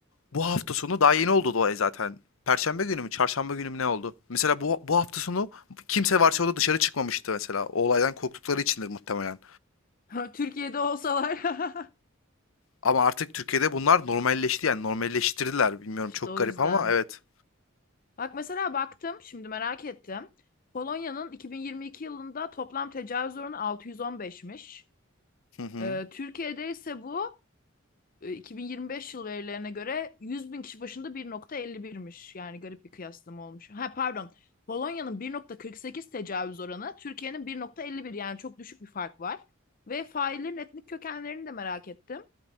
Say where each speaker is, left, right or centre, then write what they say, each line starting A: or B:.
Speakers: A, on the left; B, on the left.
A: bu hafta sonu daha yeni oldu da zaten. Perşembe günü mü, çarşamba günü mü ne oldu? Mesela bu bu hafta sonu kimse Varşova'da dışarı çıkmamıştı mesela. O olaydan korktukları içindir muhtemelen.
B: <laughs> Türkiye'de olsalar. <laughs>
A: Ama artık Türkiye'de bunlar normalleşti yani normalleştirdiler. Bilmiyorum
B: İşte
A: çok
B: o
A: garip
B: yüzden.
A: ama evet.
B: Bak mesela baktım şimdi merak ettim. Polonya'nın 2022 yılında toplam tecavüz oranı 615'miş.
A: Hı hı.
B: Ee, Türkiye'de ise bu e, 2025 yıl verilerine göre 100 bin kişi başında 1.51'miş. Yani garip bir kıyaslama olmuş. Ha pardon. Polonya'nın 1.48 tecavüz oranı, Türkiye'nin 1.51 yani çok düşük bir fark var. Ve faillerin etnik kökenlerini de merak ettim.